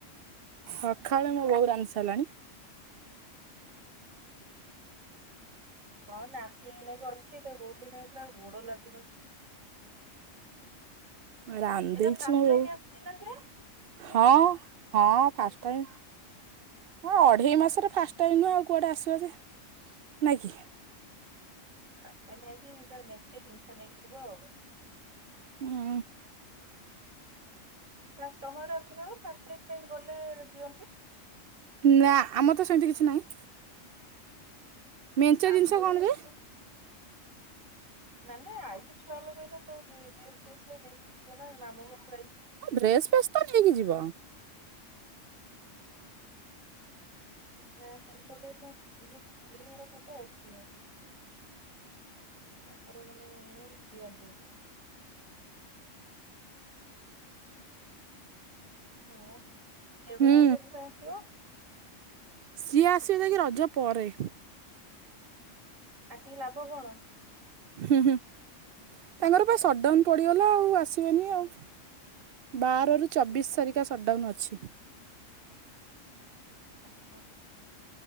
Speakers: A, on the right; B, on the right.
A: ସକାଳେ ମୋ ବୋଉ ରାନ୍ଧି ସାରିଲାଣି।
B: ହଁ ନାତି ଏନେଇକା ଅଛି ତ ବୋଉ ଏନେକା ଗୋଡ ଲାଗୁନଥିବ।
A: ରାନ୍ଧି
B: ଏଇଟା
A: ଦେଇଛି
B: ଫାଷ୍ଟ
A: ମୁଁ
B: ଟାଇମ ଆସିଛି ନା ସେ ଚୁଇଁ
A: ହଁ ହଁ ଫାଷ୍ଟ ଟାଇମ। ହଁ ଅଢେଇ ମାସରେ ଫାଷ୍ଟ ଟାଇମ୍ ନୁହଁ ଆଉ କୁଆଡେ ଆସିବ ଯେ ନାଇଁ କି।
B: ଫାଷ୍ଟ ଟାଇମ୍ ଆଜି ତାର ମେଞ୍ଚେ ଜିନିଷ ନେଇକିଯିବ ଆଉ।
A: ହୁଁ।
B: ଫାଷ୍ଟ ତମ ଆଡ଼େ ଅଛି ନା କଣ ଫାଷ୍ଟ ଟାଇମ ପାଇଁ ଗଲେ ଦିଅନ୍ତି?
A: ନା ଆମର ତ ସେମିତି କିଛି ନାହିଁ। ମେଞ୍ଚେ
B: ଆମର
A: ଜିନିଷ କଣ
B: ବି ଏପଟେ
A: ଯେ?
B: ମାନେ ଆଇଛି ଛୁଆ ଏଇନା ସବୁ ଡ୍ରେସ ଫେସ୍ ସବୁ ନେଇକି ଯିବ ନା ମାମୁଁ ଘରୁ?
A: ଡ୍ରେସ ଫେସ୍ ତ ନେଇକି ଯିବ।
B: ନା ସେପଟେ <unintelligible> ସେପଟେ ପେଟ ଅଛି ତାଙ୍କର ମାନେ ଦିଅନ୍ତି। ହଉ ଦେବ
A: ହୁଁ
B: ଭାଇ କେବେକୁ ଆସିବ?
A: ସିଏ ଆସିବେ ଯାଇକି ରଜ ପରେ।
B: ଆସିକି ଲାଭ କଣ?
A: ହୁଁ ହୁଁ ତାଙ୍କର ପା ସଟଡାଉନ ପଡିଗଲା ଆଉ ଆସିବେନି ଆଉ। ବାରରୁ ଚବିଶ ତାରିଖ ସଟ୍ଡାଉନ୍ ଅଛି।
B: ଓହୋ।